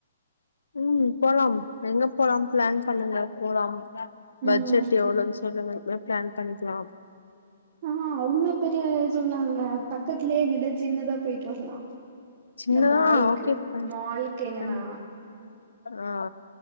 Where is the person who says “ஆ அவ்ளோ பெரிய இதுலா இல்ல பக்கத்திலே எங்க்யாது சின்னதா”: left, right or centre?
Right